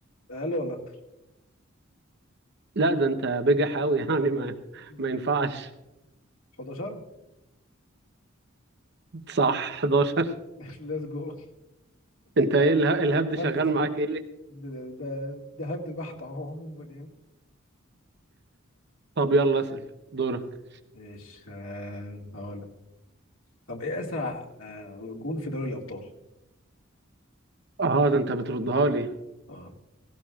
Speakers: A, on the left; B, on the right.
A: اقل ولا اكتر؟
B: لا ده انت بجح قوي <laughs> يعني ما
A: مم.
B: ما ينفعش
A: 11
B: صح 11
A: <laughs> ليتس جو
B: انت
A: ده
B: ايه اله- الهبد
A: <laughs>
B: شغال معاك ايه
A: ده ده ده هبد بحت اهو عموما يعني
B: طب يلا اسأل دورك
A: ماشي آه هقول لك طب ايه اسرع آه جون في دوري الابطال
B: اه ده انت بتردها لي
A: اه